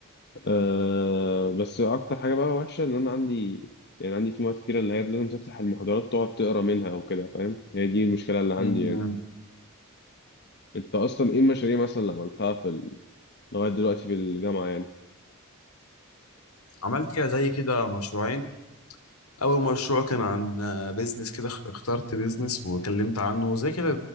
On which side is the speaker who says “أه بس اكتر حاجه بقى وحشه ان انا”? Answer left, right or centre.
Left